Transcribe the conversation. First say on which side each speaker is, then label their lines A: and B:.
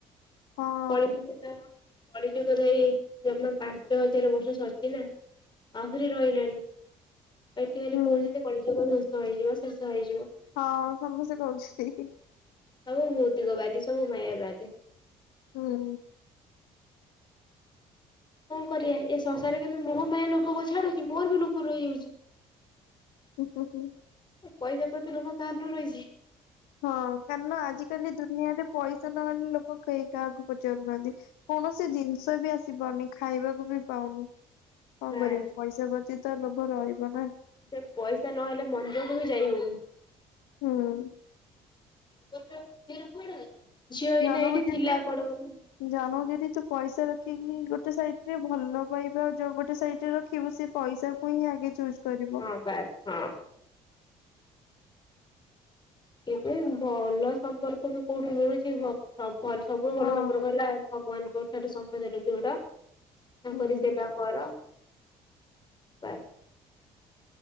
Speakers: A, on the left (about 80°); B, on the left (about 30°).
A: ହଁ।
B: କଳି ଯୁଗତ କଳି ଯୁଗ ଧରି ଜମା ପାଞ୍ଚ ହଜାର ବର୍ଷ ସରିଚି ନା ଆହୁରି ରହିଲାଣି। ଏଠି ଖାଲି
A: ହୁଁ
B: କୋଉଚନ୍ତି କଳିଯୁଗ ଧ୍ଵଂସ ହେଇଯିବ ଶେଷ ହେଇଯିବ।
A: ହଁ ସମସ୍ତେ କହୁଛନ୍ତି।
B: ସବୁ ଭୌତିକ ବାଦୀ ସବୁ ମାୟା ବାଦୀ।
A: ହୁଁ।
B: କଣ କରିବା ଏ ଶସାରେ କିନ୍ତୁ ମୋ ପାଇଁ ଲୋଭକୁ ଛାଡୁଛି ମୋର ବି ଲୋଭ ରହିଯାଉଛି।
A: ହୁ ହୁଁ।
B: ପଇସା ପ୍ରତି ଲୋଭ କାହାର ନ ରହିଚି।
A: ହଁ କାରଣ ଆଜିିକାଲି ଦୁନିଆରେ ପଇସା ନହେଲେ ଲୋକ କେହି କାହାକୁ ପ ପଚାରୁ ନାହାନ୍ତି କୌଣସି ଜିନିଷ ବି ଆସି ପାରୁନି ଖାଇବାକୁ ବି ପାଉନୁ। କଣ
B: ବାସ୍
A: କରିବୁ ପଇସା ପ୍ରତି ତ ଲୋଭ ରହିବ ନା।
B: ସେ ପଇସା ନହେଲେ ମନ୍ଦିରକୁ ବି ଯାଇ ହଉନି।
A: ହୁଁ।
B: <unintelligible>
A: ଜଣଙ୍କୁ
B: ଏଇଠି
A: ଯଦି
B: ଥିଲା କୁଆଡେ ଗଲା।
A: ଜଣଙ୍କୁ ଯଦି ତୁ ପଇସା ରଖିକି ଗୋଟେ ସାଇଟିରେ ଭଲ ବାହିବା ଯୋଉ ଗୋଟେ ସାଇଟିରେ ରଖିବୁ ସେ ପଇସା ଙ୍କୁ ହିଁ ଆଗେ ଚୁସ୍ କରିବ।
B: ହଁ ବାସ୍ ହଁ। ଏବେ ଭଲ ସମ୍ପର୍କ ବି କୋଉଠୁ ମିଳୁଛି ଭଲ ସବୁଠୁ ଭଲ
A: ହଁ
B: ସମ୍ପର୍କ ହେଲା ଭଗବାନଙ୍କ ଠାରେ ସମ୍ପର୍କ ଯୋଡ଼ ତାଙ୍କରି
A: ହୁଁ
B: ସେବା କର ବାସ୍।